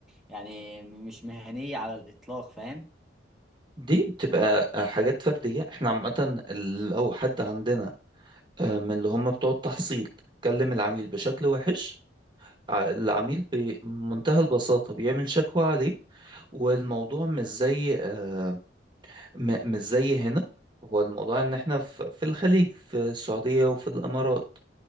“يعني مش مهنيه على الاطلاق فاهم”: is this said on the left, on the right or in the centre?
Centre